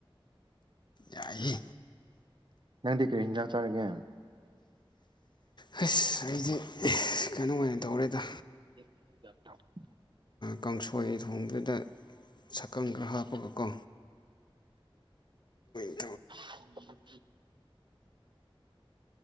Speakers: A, on the left; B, on the right.
A: ꯌꯥꯏꯌꯦ
B: ꯅꯪꯗꯤ ꯀꯔꯤ ꯍꯤꯟꯖꯥꯡ ꯆꯥꯔꯒꯦ
A: ꯍꯁ ꯑꯩꯗꯤ ꯀꯩꯅꯣ ꯑꯣꯏꯅ ꯇꯧꯔꯦꯗ
B: <inaudible>
A: ꯀꯥꯡꯁꯣꯏ ꯊꯣꯡꯗꯨꯗ ꯁꯛꯀꯪ ꯈꯔ ꯍꯥꯞꯄꯒꯀꯣ <inaudible>
B: ꯎꯝ ꯎꯝ